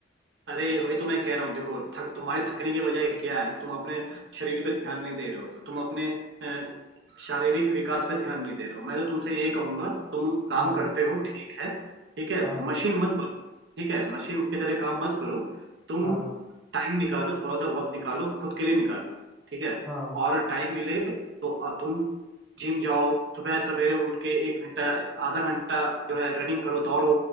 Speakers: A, on the right; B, in the centre.
A: अरे वही तो मैं कह रहा हूँ देखो थक, तुम्हारे थकने की वजह क्या है तुम अपने शरीर पे ध्यान नहीं दे रहे हो तुम अपने अ, शारीरिक विकास पे ध्यान नहीं दे रहे हो मैं तो तुमसे ये कहूंगा तुम काम
B: हाँ
A: करते हो ठीक है ठीक है
B: हाँ
A: मशीन मत ठीक है मशीन की तरह काम मत करो तुम
B: हाँ
A: टाइम निकालो थोड़ा सा वक्त निकालो खुद के लिए निकालो ठीक है
B: हाँ
A: और टाइम मिले तो अ, तुम जिम जाओ सुबह सवेरे उठ के एक घंटा आधा घंटा जो है रनिंग करो दौड़ो